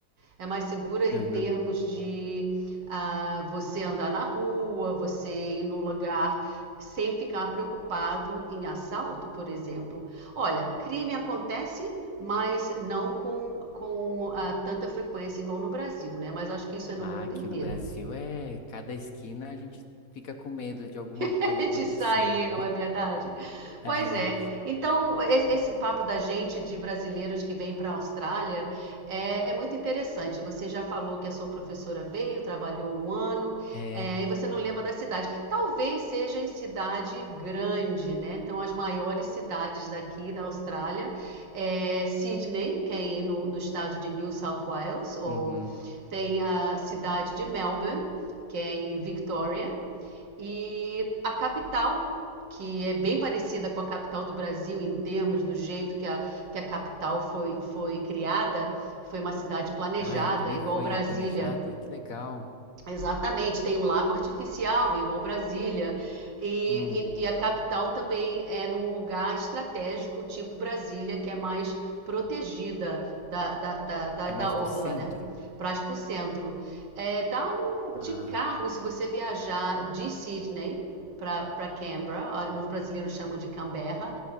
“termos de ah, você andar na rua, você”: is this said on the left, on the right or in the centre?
Right